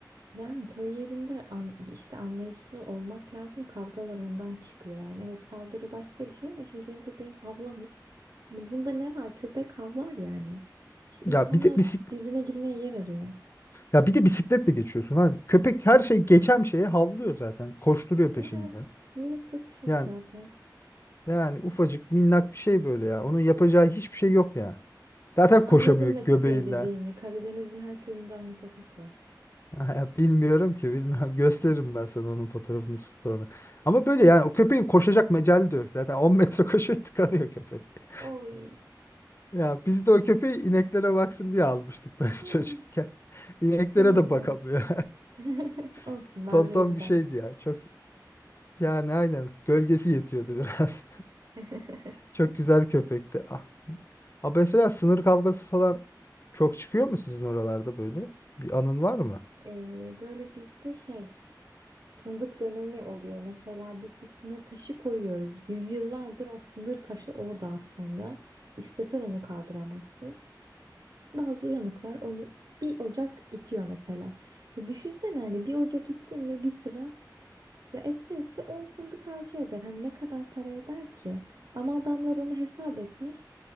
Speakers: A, on the right (about 65°); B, on the left (about 35°).
A: Yani köy yerinde an- işte anlayışlı olmak lazım. Kavgalar ondan çıkıyor yani. Evet saldırı başka bir şey ama şimdi senin köpeğin havlamış. Hani bunda ne var? Köpek havlar yani. İşte
B: Ya
A: insanlar
B: bir de bisiklet
A: birbirine girmeye yer arıyor.
B: Ya bir de bisikletle geçiyorsun. Hani köpek her şey geçen şeye havlıyor zaten. Koşturuyor peşinden.
A: Evet. Minik köpüşmüş
B: Yani
A: zaten.
B: yani ufacık minnak bir şey böyle ya. Onun yapacağı hiçbir şey yok ya. Zaten
A: Ben anladım
B: koşamıyor göbeğinden.
A: ne köpeği dediğini.
B: <laughs>
A: Karadeniz'in her köyünde aynı köpek var.
B: Ya bilmiyorum ki bilmem. <laughs> Gösteririm ben sana onun fotoğrafını sonra. Ama böyle yani o köpeğin koşacak mecali de yok. Zaten <laughs> On metre koşuyor tıkanıyor köpek. <laughs>
A: Oy. <gasps>
B: Ya biz de o köpeği ineklere baksın diye almıştık ben <laughs>
A: Eh,
B: çocukken. İneklere
A: Kıyamam.
B: de bakamıyor.
A: <laughs> Olsun
B: <laughs>
A: varlığı
B: Tonton
A: yeter.
B: bir şeydi ya. Çok yani aynen gölgesi yetiyordu biraz.
A: <laughs>
B: Çok güzel köpekti. Ah. Ha mesela sınır kavgası falan çok çıkıyor mu sizin oralarda böyle? Bir anın var mı?
A: Ee, böyle bizde şey fındık dönemi oluyor. Mesela biz bir sınır taşı koyuyoruz. Yüzyıllardır o sınır taşı orada aslında. İstesen onu kaldıramazsın. Bazı uyanıklar onu bir ocak itiyor mesela. Ya düşünsene hani bir ocak ittin ve bir sıra ya etse etse 10 fındık ağacı eder. Hani ne kadar para eder ki? Ama adamlar onu hesap etmiş.